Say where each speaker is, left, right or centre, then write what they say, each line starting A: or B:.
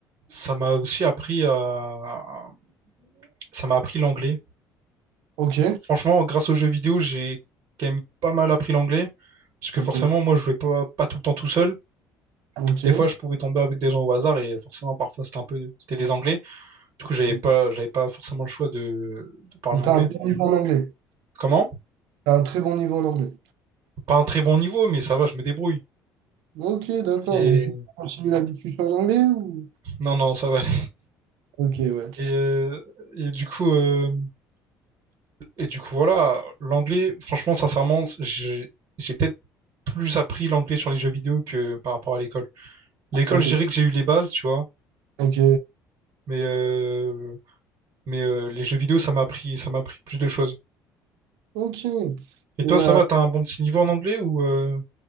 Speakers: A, on the right (about 45°); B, on the right (about 80°).
A: ça m'a aussi appris à, ça m'a appris l'anglais.
B: ok,
A: Franchement, grâce aux jeux vidéo, j'ai quand même pas mal appris l'anglais. Parce que
B: ok,
A: forcément, moi, je jouais pas, pas tout le temps tout seul.
B: ok.
A: Des fois, je pouvais tomber avec des gens au hasard et forcément, parfois, c'était un peu, c'était des anglais. Du coup, j'avais
B: Donc,
A: pas, j'avais pas forcément le choix de, de parler anglais.
B: t'as un bon niveau en anglais.
A: Comment?
B: T'as un très bon niveau en anglais.
A: Pas un très bon niveau, mais ça va, je me débrouille.
B: Ok, d'accord.
A: Et
B: Donc, tu continues la discussion en anglais ou...
A: non, non, ça va aller.
B: Ok, ouais.
A: Et, euh, et du coup, euh, et du coup, voilà, l'anglais, franchement, sincèrement, j'ai j'ai peut-être plus appris l'anglais sur les jeux vidéo que par rapport à l'école. L'école,
B: Ok,
A: je dirais que j'ai eu les bases, tu vois,
B: ok,
A: mais euh, Mais euh, les jeux vidéo, ça m'a appris, ça m'a appris plus de choses.
B: ok.
A: Et
B: Et,
A: toi,
B: euh,
A: ça va, t'as un bon petit niveau en anglais ou euh,